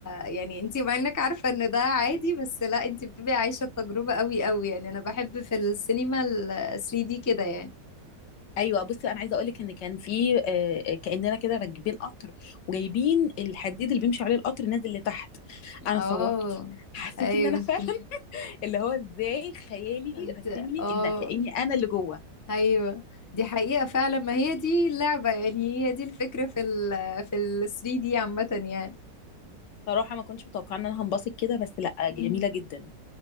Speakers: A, on the left; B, on the left.
A: يعني انتي مع انك عارفة ان ده عادي بس لا انتي بتبقي عايشة التجربة قوي قوي يعني انا بحب في السينما ال 3D كده يعني
B: ايوه بصي انا عايزه اقولك ان كان في آه، كاننا كده راكبين قطر وجايبين الحديد اللي بيمشي عليه القطر نازل لتحت انا
A: اه
B: صوت حسيت
A: ايوه
B: ان انا فعلا
A: <laughs>
B: <laughs> اللي هو ازاي خيالي
A: انت
B: رسم لي
A: اه
B: ان كاني انا اللي جوه
A: ايوه دي حقيقة فعلا ما هي دي اللعبة يعني هي دي الفكرة في ال في ال 3D عامة يعني
B: صراحه ما كنتش متوقعه ان انا هنبسط كده بس لا
A: مم.
B: جميله جدا